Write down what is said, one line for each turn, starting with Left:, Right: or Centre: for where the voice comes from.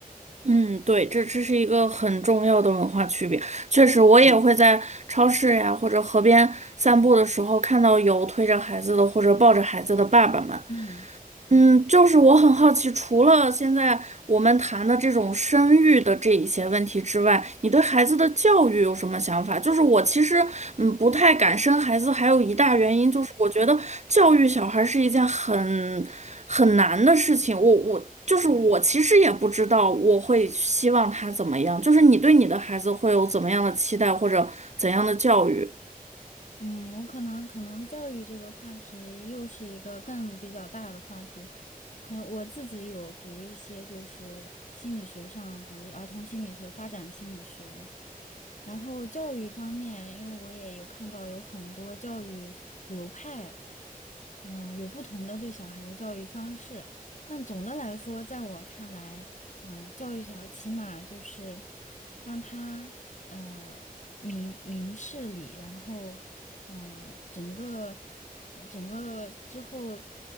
Right: 嗯，对，这这是一个很重要的文化区别。确实，我也会在超市呀或者河边散步的时候，看到有推着孩子的或者抱着孩子的爸爸们，
Left: <clears throat> 嗯。
Right: 嗯，就是我很好奇，除了现在我们谈的这种生育的这一些问题之外，你对孩子的教育有什么想法？就是我其实嗯不太敢生孩子，还有一大原因就是我觉得教育小孩是一件很很难的事情。我我就是我其实也不知道我会希望他怎么样，就是你对你的孩子会有怎么样的期待或者怎样的教育？
Left: 嗯，我可能可能教育这个话题又是一个更比较大的话题，可我自己有读一些就是心理学上，比如儿童心理学、发展心理学，然后教育方面，因为我也有看到有很多教育流派，嗯、有不同的对小孩的教育方式，但总的来说，在我看来。嗯、呃教育小起码就是让他呃明明事理，然后呃整个呃整个之后